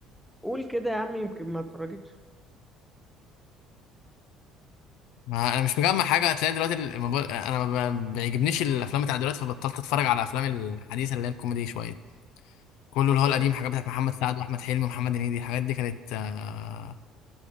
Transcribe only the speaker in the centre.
قول كده يا عم يمكن ما اتفرجتش
اصلا